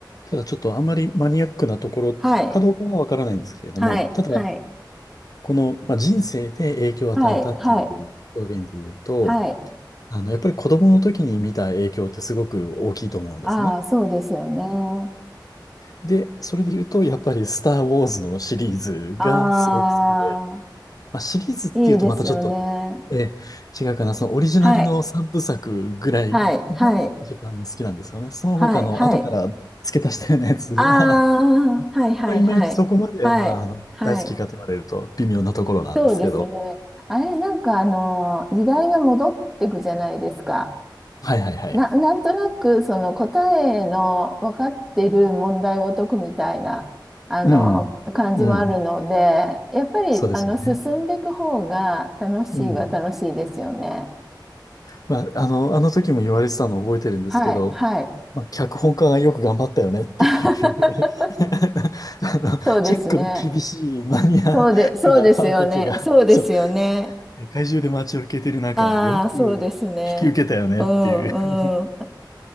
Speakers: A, on the left (about 50°); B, in the centre.
A: ただちょっとあんまりマニアックなところかどうかはわからないんですけれども、
B: はい。はい。
A: ただ、
B: はい。
A: この、まあ、人生で影響を与えたっていう表現で言うと、
B: はい。はい。はい。
A: あの、やっぱり子供の時に見た影響ってすごく大きいと思うんですね。
B: ああ、そうですよね。
A: で、それで言うと、やっぱりスター・ウォーズのシリーズがすごく好きで、
B: ああ、
A: まあ、シリーズっていうとまたちょっと、
B: いいですよね。
A: えー違うかな、そのオリジナルの3部作ぐらいが一番好きなんですよね。
B: はい、はい、はい、
A: その他の後から付け足したようなやつは、
B: はい、はい。ああ、
A: <laughs>
B: はい、はい、
A: まあ、いまいちそこまでは、
B: はい、はい、
A: まあ、あの、
B: はい。
A: 大好きかと言われると微妙なところなんですけど。
B: そうですね。あれ、なんかあの、時代が戻っていくじゃないですか。
A: はいはいはい。
B: な、なんとなく、その答えの分かってる問題を解くみたいな、あの、
A: うん。
B: 感じもあるので、
A: うん。
B: やっぱり、
A: そうですよね。
B: あの、進んでいく方が楽しいは楽しいですよね。
A: うん。まあ、あの、あの時も言われてたのを覚えてるんですけど、
B: はい、はい。
A: まあ、脚本家がよく頑張ったよねっていう
B: <laughs>
A: <laughs> あの、
B: そうですね。
A: チェックの厳しいマニアックなファンたちが、
B: そうで、そうですよね。そうですよね。
A: そう、世界中で待ち受けてる中、
B: ああ、
A: よく引き受けたよねっていう
B: そうですね。うんうん。
A: <laughs>